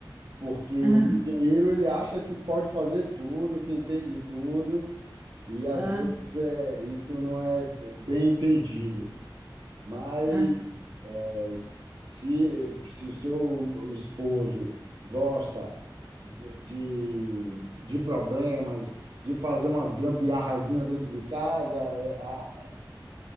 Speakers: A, on the right; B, on the right.
A: Porque
B: Ah,
A: o engenheiro ele acha que pode fazer tudo, que entende tudo, e às
B: ah.
A: vezes é, isso não é bem entendido. Mas
B: ah.
A: é, se, se o seu esposo gosta de, de problemas, de fazer umas gambiarrazinhas dentro de casa, é, a-